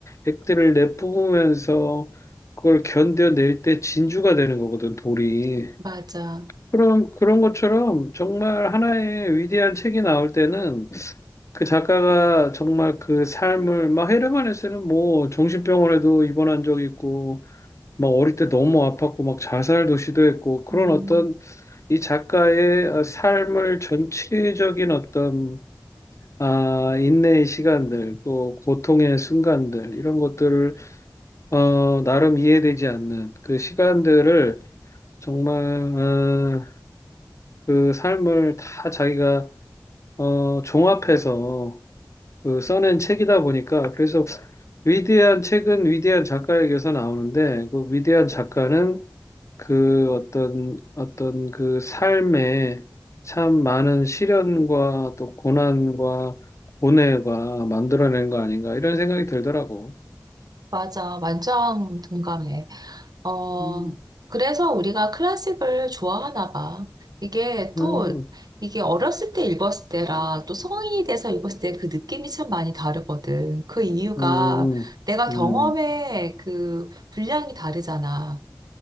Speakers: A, on the left; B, on the right.
A: 액들을 내뿜으면서 그걸 견뎌낼 때 진주가 되는 거거든, 돌이.
B: 맞아.
A: 그럼 그런 것처럼 정말 하나의 위대한 책이 나올 때는 그 작가가 정말 그 삶을 막 헤르만에서는 뭐 정신병원에도 입원한 적이 있고 막 어릴 때 너무 아팠고 막 자살도 시도했고 그런
B: 음,
A: 어떤 이 작가의 삶을 전체적인 어떤 아, 인내의 시간들, 또 고통의 순간들, 이런 것들을, 어, 나름 이해되지 않는 그 시간들을 정말, 어, 그 삶을 다 자기가, 어, 종합해서 그 써낸 책이다 보니까, 그래서 위대한 책은 위대한 작가에게서 나오는데, 그 위대한 작가는 그 어떤 어떤 그 삶에 참 많은 시련과 또 고난과 고뇌가 만들어낸 거 아닌가 이런 생각이 들더라고.
B: 맞아. 완전 동감해. 어,
A: 음,
B: 그래서 우리가 클래식을 좋아하나 봐. 이게 또,
A: 음,
B: 이게 어렸을 때 읽었을 때랑 또 성인이 돼서 읽었을 때 그 느낌이 참 많이 다르거든. 그 이유가
A: 음,
B: 내가
A: 음,
B: 경험의 그 분량이 다르잖아.